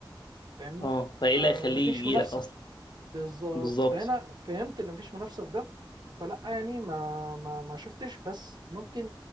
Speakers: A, on the right; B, on the left.
A: فاهمني
B: اه فايه
A: آه
B: اللي هيخليه
A: مفيش
B: يجي
A: منافسه
B: لك اصلا
A: بالظبط
B: بالظبط
A: فهنا فهمت اللي مفيش منافسه في ده فلا يعني ما ما ما شفتش بس ممكن